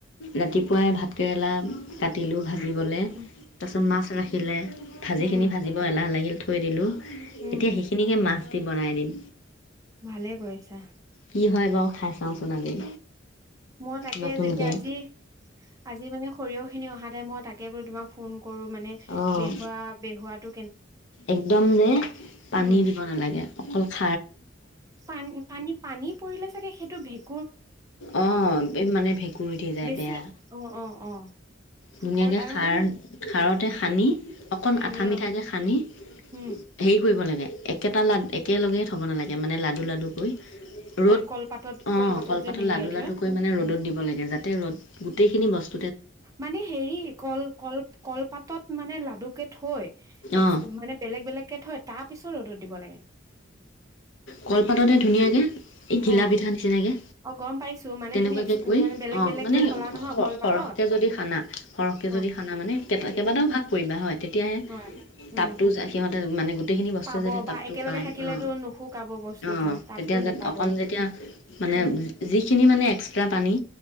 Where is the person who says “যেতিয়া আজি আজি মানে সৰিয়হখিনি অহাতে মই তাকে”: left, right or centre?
Right